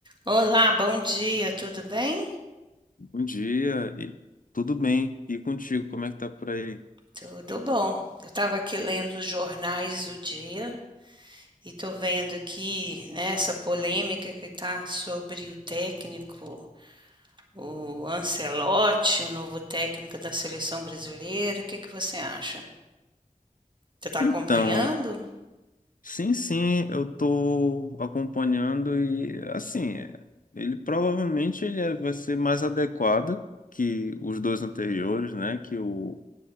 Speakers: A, on the right (about 35°); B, on the left (about 75°).
A: Olá, bom dia, tudo bem?
B: Bom dia, e tudo bem? E contigo, como é que tá por aí?
A: Tudo bom. Eu estava aqui lendo os jornais do dia e estou vendo aqui, né, essa polêmica que está sobre o técnico, o Ancelotti, o novo técnico da seleção brasileira. O que que você acha? Você está
B: Então,
A: acompanhando?
B: sim, sim, eu tô acompanhando e assim, é, ele provavelmente ele é- vai ser mais adequado que os dois anteriores, né? Que o,